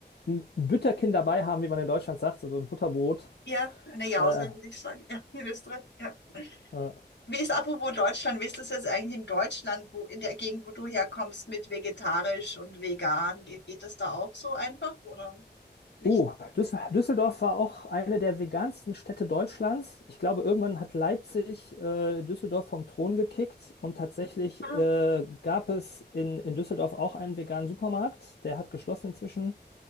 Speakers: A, on the left; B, on the left.
A: ein Bütterchen dabei haben, wie man in Deutschland sagt, also ein Butterbrot.
B: Ja, eine Jause
A: Äh,
B: würde ich sagen. Ja, in Österreich. Ja.
A: äh,
B: Wie ist apropos Deutschland? Wie ist das jetzt eigentlich in Deutschland, wo in der Gegend, wo du herkommst, mit vegetarisch und vegan? Ge- Geht das da auch so einfach oder nicht?
A: Oh, Düssel Düsseldorf war auch eine der vegansten Städte Deutschlands. Ich glaube, irgendwann hat Leipzig äh, Düsseldorf vom Thron gekickt und tatsächlich
B: Ah,
A: äh, gab es in, in Düsseldorf auch einen veganen Supermarkt. Der hat geschlossen inzwischen.